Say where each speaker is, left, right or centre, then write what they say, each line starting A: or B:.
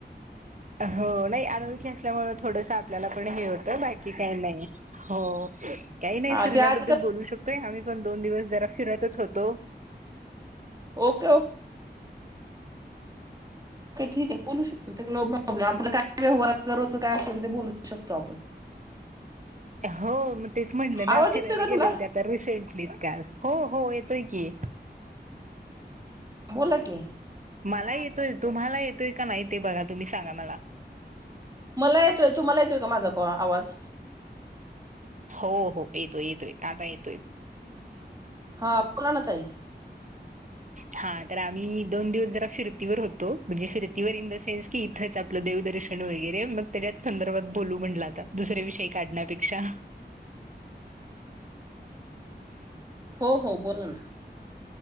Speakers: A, on the right; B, on the right.
A: हो नाही अनोळखी असल्यामुळे थोडस आपल्याला पण हे होतं बाकी काही नाही हो काही नाही
B: हा
A: शिरण्याबद्दल
B: ते आधी का.
A: बोलू शकतो ोय आम्ही पण दोन दिवस जरा फिरतच होतो
B: ओके ओके ठीक आहे बोलू शकतो नो प्रॉब्लेम आपला काय व्यवार रोज काय असेल ते बोलू शकतो आपण
A: हो मग तेच म्हटलं ना
B: आवाज
A: फिरायला
B: येतोय का
A: गेले
B: तुला
A: होते आता रिसेंटलीच काल हो हो पकीे
B: बोला की
A: मला येतोय तुम्हाला येतोय का नाही ते बघा तुम्ही सांगा मला
B: मला येतोय तु मला येतोय का माझा आवाज
A: हो हो येतोय येतोय आता येतोय
B: हा बोला ना तई
A: हा तर आम्ही दोन दिवस जरा फिरतीवर होतो म्हणजे फिरतीवर इन द सेन्स कि इथंच आपलं देवदर्शन वगैरे मग त्याच्याच संदर्भात बोलू म्हट आता दुसर्या विषयी काढण्यापेक्षा
B: हो हो बोला ना